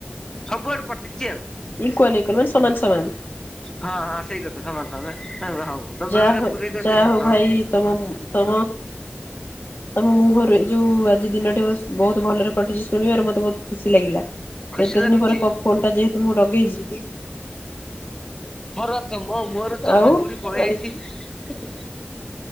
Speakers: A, on the left; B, on the left.
A: ସବୁଆଡୁ କଟିଛି ଆଉ।
B: ଇକ୍ୱାଲ ଇକ୍ୱାଲ ମାନେ ସମାନ ସମାନ।
A: ହଁ ହଁ ସେଇ କଥା ସମାନ ସମାନ ହ ହଉ ବେଳେ
B: ଯାହା
A: ବେଳେ
B: ହଉ
A: ପୁରେହିଁତ
B: ଯାହା
A: ଯେ
B: ହଉ
A: ହଁ।
B: ଭାଇ ତମ ନୁ ତମ ତମ ମୁହଁରୁ ଯୋଉ ଆଜି ଦିନଟି ସ ବହୁତ ଭଲରେ କଟିଛି ଶୁଣିବାରୁ ମତେ ବହୁତ ଖୁସି ଲାଗିଲା।
A: ଖୁସି
B: ଏତେ
A: ଲାଗୁଛି
B: ଦିନ ପରେ କପ ଫୋନ୍ ଟା ଯେହେତୁ ମୁଁ ଲଗେଇଛି କି
A: ମୋର ଚମ ମୋର ଚମ
B: ଆଉ
A: କୋଉଠି ପଳେଇ
B: ଆଜି
A: ଯାଇଛି କି?